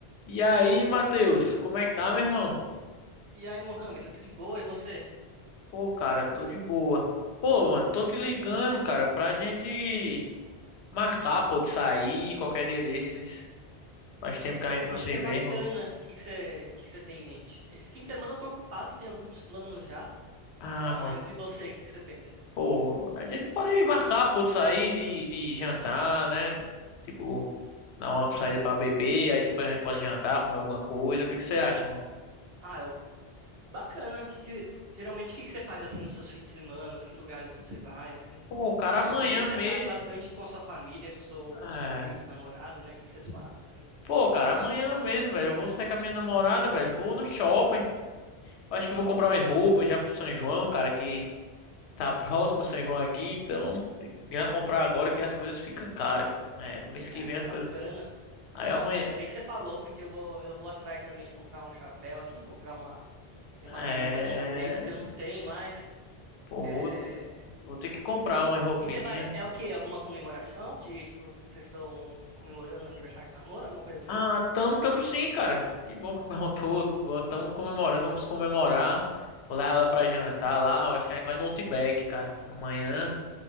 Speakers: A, on the left (about 85°); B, on the right (about 70°).
A: E aí, Matheus, como é que tá, meu irmão?
B: E aí, Mohamed, eu tô de boa, e você?
A: Pô, cara, tô de boa. Pô, mano, tô te ligando, cara, pra gente marcar, pô, de sair qualquer dia desses. Faz tempo que a
B: Pô,
A: gente
B: vai
A: não se
B: ser
A: vê,
B: bacana.
A: irmão.
B: O que que você, que que você tem em mente? Esse fim de semana eu tô ocupado, tenho alguns planos já,
A: Ah,
B: mas
A: mano,
B: e você, o que que você pensa?
A: pô, a gente pode marcar, pô, de sair, de, de jantar, né? Tipo, dar uma saída pra beber, aí depois a gente pode jantar, comer alguma coisa. O que que você acha, irmão?
B: Ah, eu, bacana. O Que que, geralmente, o que que você faz, assim, nos seus fins de semana? Que lugares você vai, assim?
A: Pô, cara,
B: Você,
A: amanhã
B: eu vi que você
A: mesmo.
B: sai bastante com a sua família, com, seu,
A: É.
B: com seus amigos, namorado, né? O que que vocês fazem, assim?
A: Pô, cara, amanhã mesmo, velho. Eu vou sair com a minha namorada, velho. Vou no shopping. Eu acho que vou comprar umas roupas já pro São João, cara, que tá <laughs> próximo o São João aqui, então tem que já comprar agora que as coisas ficam caras, cara. É, no mês que
B: Ah,
A: vem
B: que
A: as
B: bacana.
A: coisas. Aí
B: Nossa,
A: amanhã.
B: ainda bem que você falou, porque eu vou, eu vou atrás também de comprar um chapéu aqui, comprar uma, uma
A: É.
B: camisa xadrez, porque eu não tenho mais.
A: Pô,
B: É,
A: vou, vou ter que comprar
B: E,
A: umas roupinhas.
B: e você vai, é o quê? Alguma comemoração de, tipo, vocês estão comemorando aniversário de namoro, alguma coisa assim?
A: Ah, tamo, tamo sim, cara. Que bom que perguntou. Bom, <laughs> Tamo comemorando, vamos comemorar. Vou levar ela pra jantar lá. Eu acho que a gente vai no Outback, cara. Amanhã.